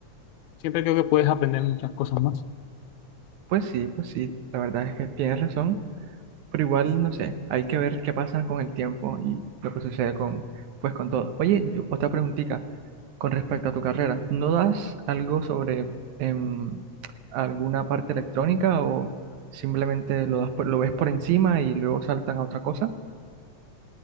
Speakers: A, on the left; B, on the right.
A: siempre creo que puedes aprender muchas cosas más.
B: Pues sí, pues sí, la verdad es que tienes razón. Pero igual, no sé, hay que ver qué pasa con el tiempo y lo que sucede con, pues, con todo. Oye, yo- otra preguntita con respecto a tu carrera. ¿No das algo sobre em, alguna parte electrónica o simplemente lo das por- lo ves por encima y luego saltan a otra cosa?